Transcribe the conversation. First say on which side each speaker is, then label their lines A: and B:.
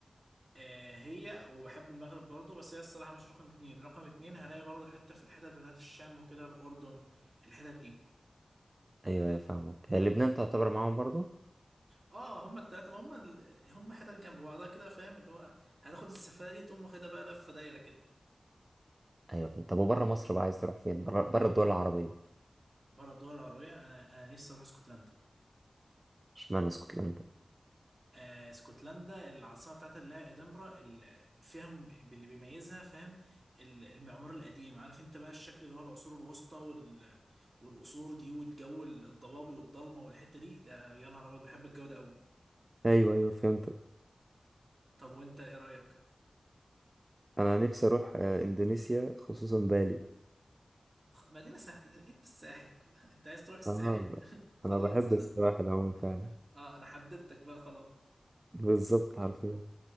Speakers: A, on the right; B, on the right.
A: آه هي وبحب المغرب برضو بس هي الصراحه مش رقم اتنين رقم اتنين هلاقي برضو حته في الحتت بتاعت الشام وكده الاردن الحتت دي
B: ايوه يا فاهمك هي لبنان تعتبر معاهم برضو
A: اه هما التلاته ما هما ال... هما حتت جنب بعضها كده فاهم اللي هو هتاخد السفاره دي تقوم واخدها بقى لفه دايره كده
B: ايوه طب وبره مصر بقى عايز تروح فين بره بره الدول العربية
A: بره الدول العربية أنا أنا نفسي أروح اسكتلندا
B: اشمعنى اسكتلندا
A: آه اسكتلندا العاصمة بتاعتها اللي هي إدنبرا اللي فيها م- اللي بيميزها فاهم ال- المعمار القديم عارف أنت بقى الشكل اللي هو العصور الوسطى وال... والقصور دي والجو الضبابي والضلمة والحتة دي آه يا نهار أبيض بحب الجو ده أوي
B: ايوه ايوه فهمتك
A: طب وأنت إيه رأيك؟
B: انا نفسي اروح آه، اندونيسيا خصوصا بالي
A: خ- مدينة ساحل أنت الساحل <laughs> أنت عايز تروح الساحل
B: اه
A: <laughs> خلاص
B: انا بحب السواحل عموما فعلا
A: <laughs> أه أنا حددتك بقى خلاص
B: بالظبط حرفيا